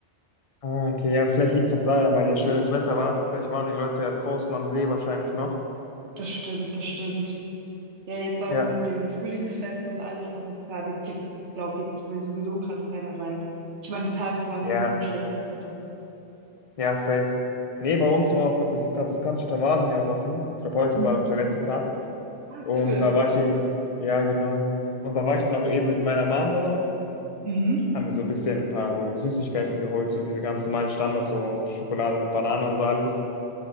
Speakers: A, on the left; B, on the right.
A: Ah, okay, ja, vielleicht liegt es auch daran, weil ja schönes Wetter war. Vielleicht waren die Leute ja draußen am See wahrscheinlich noch.
B: Das stimmt, das stimmt. Ja, jetzt auch
A: Ja.
B: mit dem Frühlingsfest und alles, was es gerade gibt. Ich glaube, jetzt will sowieso gerade keiner rein. Ich meine, die Tage waren
A: Ja,
B: sowieso schlechtes Wetter.
A: ja, safe. Nee, bei uns war auch, es ist gerade das Cannstatter Wasen ja auch offen. Ich glaube, heute
B: Mhm.
A: war auch der letzte Tag.
B: Ah,
A: Und
B: cool.
A: da war ich eben, ja, genau. Und da war ich dann auch eben mit meiner Mom dann auch.
B: Mhm.
A: haben wir so ein bisschen ein paar so Süßigkeiten geholt, so diese ganz normalen Standards, so Schokolade mit Banane und so alles.